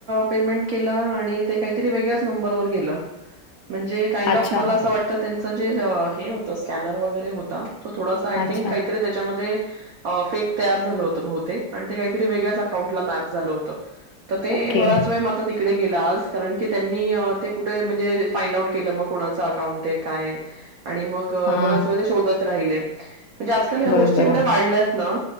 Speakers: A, on the right (about 80°); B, on the left (about 75°).
A: पेमेंट केलं आणि ते काहीतरी वेगळेच कम्प्युटर केलं आणि
B: अच्छा
A: मला असं वाटतं की काय आता त्यांच जे होत स्कॅनर वगैरे होता तो थोडासा आय
B: अच्छा
A: थिंक काहीतरी त्याच्यामध्ये फेक तयार झालं होत बहुतेक आणि ते काहीतरी वेगळ्याच अकाउंटला मॅप झालं होतं. तर ते
B: ओके
A: बराच वेळ माझं तिकडे गेला आज त्यांनी कुठे म्हणजे फाईड आउट केल म कोणा अकाउंट काय आणि मग
B: हा
A: बराच वेळ ते शोधत राहिले म्हणजे आजकाल ह्या
B: बरं
A: गोष्टी
B: बरं
A: एवढ्या वाढल्यात ना